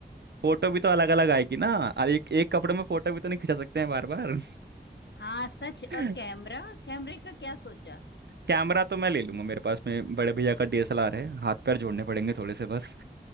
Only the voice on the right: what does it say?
फोटो भी तो अलग अलग आएगी ना और एक एक कपड़े में फोटो भी तो नहीं खिंचा सकते हैं बार बार
<laughs>
कैमरा तो मैं ले लूंगा मेरे पास में बड़े भैया का डीएसएलआर है हाथ पैर जोड़ने पड़ेंगे थोड़े से बस